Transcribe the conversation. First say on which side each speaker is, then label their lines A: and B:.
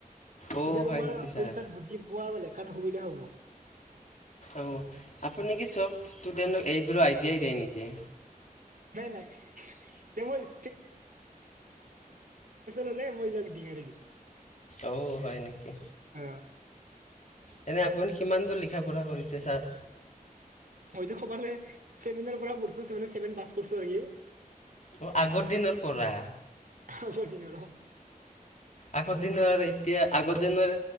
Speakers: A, on the left; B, on the right.
A: অ'
B: তেতিয়া
A: হয়
B: তোমাৰ
A: নেকি ছাৰ?
B: পৰীক্ষাত বুজি পোৱা লেখাত সুবিধা হ'ব
A: অঁ আপুনি কি চব ষ্টুডেণ্টক এইবোৰো আইডিয়াই দিয়ে নেকি
B: নাই নাই এ মই <unintelligible> হলে মই ইবিলাক দিম আৰু
A: ঔ হয় নেকি
B: অ
A: এনে আপুনি সিমানটো লিখ <unintelligible> কৰিছে ছাৰ
B: মইতো কবালে ছেভেনৰ পৰা পঢ়ছো ছেভেন ছেভেন পাছ কৰিছো নেকি
A: অ আগৰ দিনৰ পৰা
B: ক আগৰ দিনৰ অ
A: আগৰ দিনৰ এতিয়া, আগৰ দিনৰ,